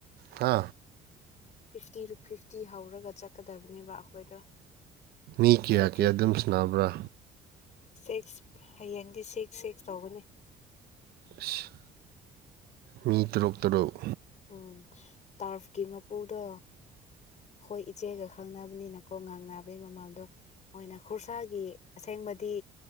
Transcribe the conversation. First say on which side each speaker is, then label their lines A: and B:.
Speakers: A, on the right; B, on the left.
A: ꯍꯥ
B: ꯐꯤꯐꯇꯤ ꯐꯤꯐꯇꯤ ꯍꯧꯔꯒ ꯆꯠꯀꯗꯕꯅꯦꯕ ꯑꯩꯈꯣꯏꯗꯣ
A: ꯃꯤ ꯀꯌꯥ
B: ꯍꯥꯏꯕꯗꯤ
A: ꯀꯌꯥ ꯑꯗꯨꯝ ꯁꯥꯟꯅꯕ꯭ꯔꯥ
B: ꯁꯤꯛꯁ ꯍꯌꯦꯡꯗꯤ ꯁꯤꯛꯁ ꯁꯤꯛꯁ ꯇꯧꯒꯅꯤ
A: ꯑꯁ ꯃꯤ ꯇꯔꯨꯛ ꯇꯔꯨꯛ
B: ꯎꯝ ꯇꯥꯔꯐ ꯀꯤ ꯃꯄꯨꯗꯣ ꯍꯣꯏ ꯏꯆꯦꯒ ꯈꯪꯅꯕꯅꯤꯅ ꯈꯣ ꯉꯥꯡ ꯅꯥꯕꯩꯒꯤ ꯃꯃꯜꯗꯣ ꯃꯣꯏꯅ ꯈꯨꯨꯔꯁꯥꯒꯤ ꯑꯁꯦꯡꯕꯗꯤ